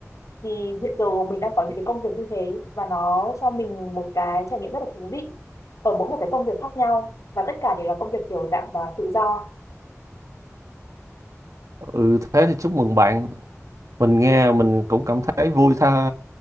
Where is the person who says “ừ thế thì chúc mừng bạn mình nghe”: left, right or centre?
Right